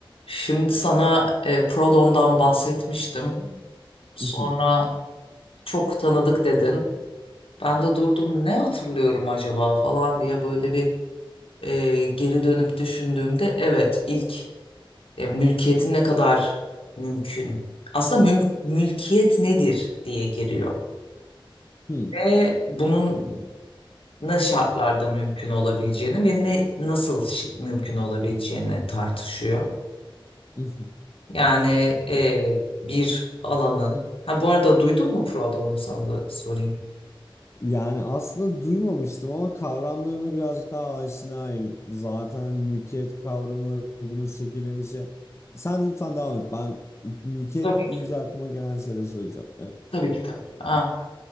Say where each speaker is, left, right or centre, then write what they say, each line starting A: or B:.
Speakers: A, on the left; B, on the left.
A: Şimdi sana e, Prodon'dan bahsetmiştim. Sonra
B: Mhm,
A: çok tanıdık dedin. Ben de durdum ne hatırlıyorum acaba falan diye böyle bir e, geri dönüp düşündüğümde evet ilk e, mülkiyetin ne kadar mümkün. Aslında müm- mülkiyet nedir diye giriyor.
B: hı,
A: Ve bunun ne şartlarda mümkün olabileceğini ve ne nasıl şi- mümkün olabileceğini tartışıyor.
B: mhm.
A: Yani e, bir alanın. Ha bu arada duydun mu Prada onu sana da sorayım.
B: Yani aslında duymamıştım ama kavramlarına birazcık daha aşinayım. Zaten mülkiyet kavramı, bunun şekillenişi. Sen lütfen devam et. Ben mülkiyet
A: Tabii
B: deyince
A: ki.
B: aklıma gelen şeyleri söyleyeceğim. Evet.
A: Tabii ki tabii. ki. Ha,